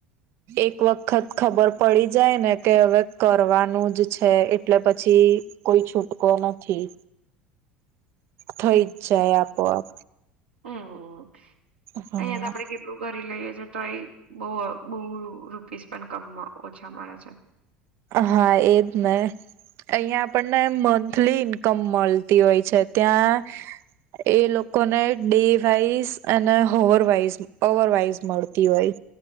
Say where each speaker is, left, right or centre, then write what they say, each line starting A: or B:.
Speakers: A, on the right; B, on the right.
A: એક વખત ખબર પડી જાય ને કે હવે કરવાનું જ છે એટલે પછી કોઈ છૂટકો નથી. થઈ જ જાય આપોઆપ.
B: હમ
A: હા
B: અહિયાં તો આપડે કેટલું કરી લઈએ. તો એ બહુ રૂપીસ પણ કમ ઓછા મળે છે.
A: હા એજ ને અહીયાં આપણને મંથલી ઇન્કમ મળતી હોય છે. ત્યાં એ લોકોને ડે વાઈઝ અને હોવરવાઈઝ અવરવાઈઝ મળતી હોય.